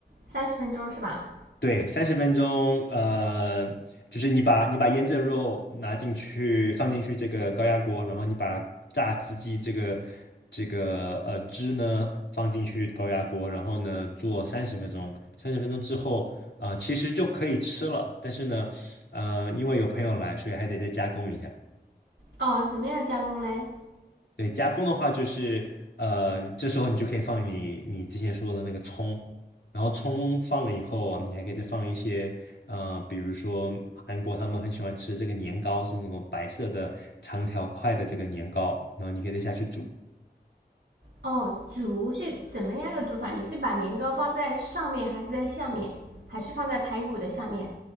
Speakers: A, on the right; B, on the left.
A: 三十分钟是吧？
B: 对，三十分钟，呃，就是你把你把腌制的肉拿进去，放进去这个高压锅，然后你把榨汁机这个这个呃汁呢放进去高压锅，然后呢做三十分钟，三十分钟之后，啊，其实就可以吃了，但是呢，呃，因为有朋友来，所以还得再加工一下。
A: 哦，怎么样加工嘞？
B: 对，加工的话就是，呃，这时候你就可以放你你之前说的那个葱，然后葱放了以后，你还可以再放一些，呃，比如说韩国他们很喜欢吃这个年糕，是那种白色的长条块的这个年糕，然后你可以再下去煮，
A: 哦，煮是怎么样个煮法？你是把年糕放在上面，还是在下面，还是放在排骨的下面？